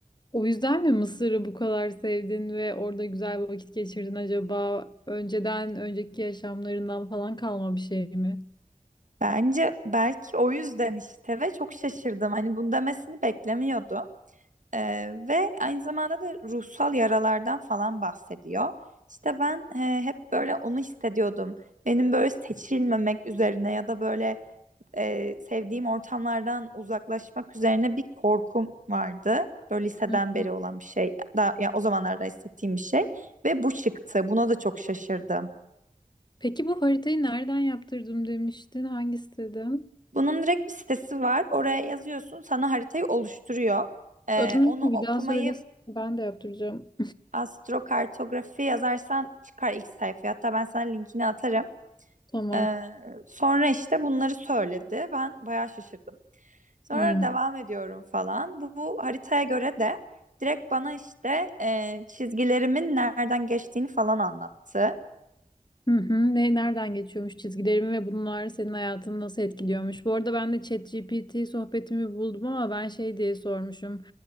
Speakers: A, on the left (about 30°); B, on the right (about 60°).
A: O yüzden mi Mısır'ı bu kadar sevdin ve orada güzel vakit geçirdin acaba? Önceden, önceki yaşamlarından falan kalma bir şey mi?
B: Bence belki o yüzden işte ve çok şaşırdım. Hani bunu demesini beklemiyordum. Ee, ve aynı zamanda da ruhsal yaralardan falan bahsediyor. İşte ben e, hep böyle onu hissediyordum. Benim böyle seçilmemek üzerine ya da böyle e, sevdiğim ortamlardan uzaklaşmak üzerine bir korkum vardı. Böyle liseden
A: Hı
B: beri
A: hı.
B: olan bir şey. Daha, yani o zamanlarda hissettiğim bir şey. Ve bu çıktı. Buna da çok şaşırdım.
A: Peki bu haritayı nereden yaptırdım demiştin? Hangi siteden?
B: Bunun direkt bir sitesi var. Oraya yazıyorsun. Sana haritayı oluşturuyor. E,
A: Adını
B: onu
A: bir
B: okumayı
A: daha söylesene. Ben de yaptıracağım.
B: astrokartografi yazarsan çıkar ilk sayfaya. Hatta ben sana linkini atarım.
A: <laughs> Tamam.
B: Ee, sonra işte bunları söyledi. Ben bayağı şaşırdım. Sonra
A: Hmm.
B: devam ediyorum falan. Bu, bu haritaya göre de direkt bana işte e, çizgilerimin nereden geçtiğini falan anlattı.
A: Hı hı. Ne, nereden geçiyormuş çizgilerimi ve bunlar senin hayatını nasıl etkiliyormuş? Bu arada ben de ChatGPT sohbetimi buldum ama ben şey diye sormuşum.